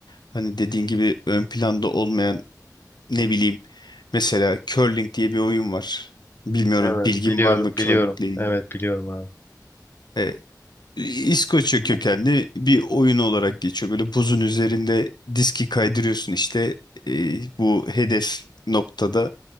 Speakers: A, on the left; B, on the left.
A: hani dediğin gibi ön planda olmayan ne bileyim mesela curling diye bir oyun var. Bilmiyorum
B: evet
A: bilgin
B: biliyorum
A: var mı curlingle
B: biliyorum
A: ilgili?
B: evet biliyorum abi.
A: E, İskoçya kökenli bir oyun olarak geçiyor. Böyle buzun üzerinde diski kaydırıyorsun işte e, bu hedef noktada